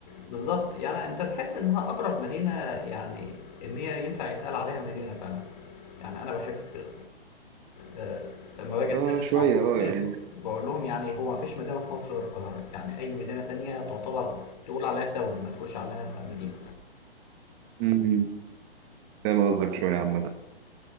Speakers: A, on the left; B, on the right.
A: بالظبط يعني انت تحس انها اقرب مدينة يعني ان هي ينفع يتقال عليها مدينة فعلا يعني انا بحس كده آه، لما باجي
B: اه
A: اتكلم
B: شوية
A: مع اصحابي
B: اه يعني
A: بقول لهم يعني هو مفيش مدينة في مصر غير القاهرة يعني اي مدينة تانية تعتبر تقول عليها تاون ما تقولش عليها مدينة
B: امم فاهم قصدك شوية عامة